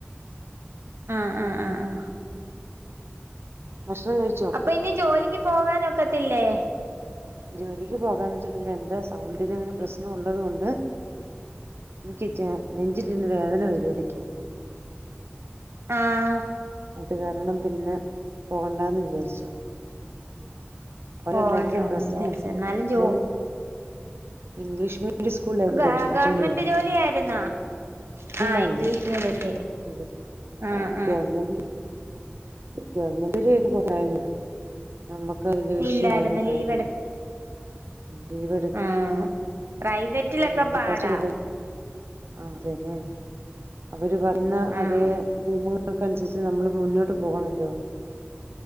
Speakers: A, on the right; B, on the right.
A: ആ ആ ആ ആ
B: ഭക്ഷണം കഴി
A: അപ്പ ഇനി ജോലിക്ക് പോവാനൊക്കത്തില്ലേ
B: ജോലിക്ക് പോകാന്ന് വെച്ചിട്ടുണ്ടെങ്കി എന്റെ സൗണ്ട് ന് അങ്ങനെ പ്രശ്നം ഉള്ളത് കൊണ്ട് ഇനിക്കി ച്ചാ നെഞ്ചിലിരുന്ന് വേദന വരും എടക്ക്
A: ആഹ്
B: അത് കാരണം പിന്നെ പോണ്ടാന്ന് വിചാര്ച്ചു. ഓലത്
A: പോവണ്ടാന്ന്
B: ഭയങ്കര പ്രശ്ന
A: വിചാരിച്ചു എന്നാലും
B: അങ്ങെനെ
A: ജോ
B: ഇംഗ്ലീഷ് മീഡിയം സ്കൂൾലായിരുന്ന്
A: ഗ
B: പഠിപ്പിചോണ്ടിര്ന്നത്.
A: ഗവൺമെന്റ് ജോലി ആയിരുന്നോ
B: അല്ലല്ല
A: ആ ഇംഗ്ലീഷ് മീഡിയത്തി
B: <unintelligible>
A: ആ ആ
B: ഗവൺമെന്റിലേന്ന് കൊറെ ഞാൻ നമ്മക്ക് <unintelligible>
A: ഇല്ലായിരുന്നു
B: കാര്യാണ്
A: ലീവ്
B: ലീവട്ക്ക
A: ആ പ്രൈവറ്റിലൊക്ക
B: നമുക്ക്
A: പാടാ
B: ആ അതെല്ലേ അവര് പറഴുന്ന
A: ആഹ്
B: അതേ നിയമ ക്കൻസര്ച്ച് നമ്മള് മുന്നോട്ട് പോണല്ലോ